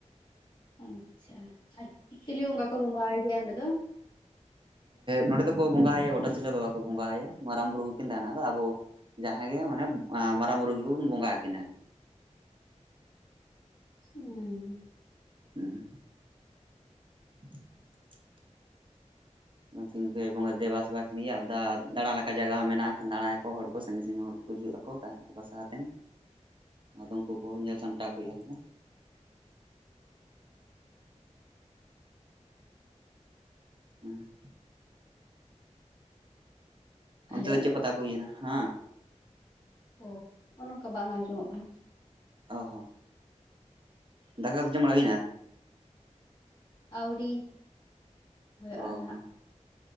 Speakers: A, on the left; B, on the right.
A: ᱟᱪᱪᱷᱟ ᱪᱤᱞᱤ ᱵᱚᱸᱜᱟ ᱠᱚ ᱵᱚᱸᱜᱟᱭ ᱜᱮᱭᱟ ᱚᱸᱰᱮ ᱫᱚ
B: ᱱᱚᱸᱰᱮ ᱫᱚᱠᱚ ᱵᱚᱸᱜᱟ ᱟᱭᱟ ᱜᱚᱴᱟ ᱥᱤᱞᱟᱹ ᱵᱟᱵᱟ ᱠᱚ ᱵᱚᱸᱜᱟ ᱟᱭᱟ ᱢᱟᱨᱟᱝ ᱵᱩᱨᱩ ᱦᱚᱸᱠᱤᱱ ᱛᱟᱦᱮᱱᱟ ᱟᱫᱚ ᱟᱵᱚ ᱡᱟᱦᱟᱸᱜ ᱜᱮ ᱢᱟᱱᱮ ᱢᱟᱨᱟᱝ ᱵᱩᱨᱩ ᱜᱮᱠᱚ ᱵᱚᱸᱜᱟ ᱟᱹᱠᱤᱱᱟ
A: ᱦᱩᱸ
B: ᱦᱮᱸ <inaudible> ᱩᱱᱠᱤᱱ ᱜᱟᱹᱭ ᱵᱚᱸᱜᱟ ᱫᱮᱵᱟᱼᱥᱮᱵᱟ ᱠᱤᱱ ᱜᱮᱭᱟ ᱫᱟ ᱫᱟᱬᱟ ᱞᱮᱠᱟᱱ ᱡᱟᱭᱜᱟ ᱦᱚᱸ ᱢᱮᱱᱟᱜ ᱮᱱᱠᱷᱟᱱ ᱫᱟᱬᱟᱭᱟᱠᱚ ᱦᱚᱲ ᱥᱟᱺᱜᱤᱧ ᱥᱟᱺᱜᱤᱧ ᱦᱚᱲ ᱠᱚ ᱜᱩᱡᱩᱜ ᱟᱠᱚ ᱛᱟᱦᱮᱱᱟ ᱠᱚ ᱵᱟᱥᱟᱦᱟᱛᱮᱱ ᱟᱫᱚ ᱩᱱᱠᱩ ᱠᱚ ᱧᱮᱞ ᱥᱟᱢᱴᱟᱣ ᱠᱚ ᱦᱩᱭᱩᱜᱼᱟ ᱟᱞᱮ ᱫᱚ ᱦᱩᱸ
A: ᱦᱮᱞᱳ
B: ᱚᱱᱛᱮ ᱫᱚ ᱪᱮᱫ ᱯᱟᱛᱟ ᱠᱚ ᱦᱩᱭᱮᱱᱟ ᱦᱟᱸ
A: ᱳ ᱚᱱᱚᱝᱠᱟ ᱵᱟᱝ ᱟᱸᱡᱚᱢᱚᱜ ᱠᱟᱱᱟ
B: ᱚ ᱦᱚ ᱫᱟᱠᱟ ᱠᱚᱫᱚ ᱡᱚᱢ ᱵᱟᱲᱟ ᱦᱩᱭᱱᱟ
A: ᱟᱹᱣᱲᱤ ᱦᱳᱭᱳᱜᱼᱟ
B: ᱚ
A: ᱱᱟᱦᱟᱜ
B: ᱦᱚᱸ